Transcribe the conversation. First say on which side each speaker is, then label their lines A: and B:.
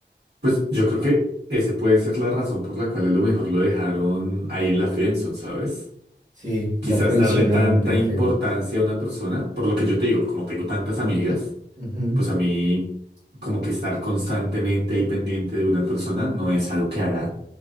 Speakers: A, on the right; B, on the right.
A: Pues yo creo que ese puede ser la razón por la cual a lo mejor lo dejaron ahí en la friendzone, ¿sabes?
B: Sí, lo
A: quizás
B: frencionaron
A: darle tanta
B: bien
A: importancia
B: feo.
A: a una persona, por lo que yo te digo, como tengo tantas amigas,
B: Ujú.
A: pues a mí como que estar constantemente ahí pendiente de una persona no es algo que haga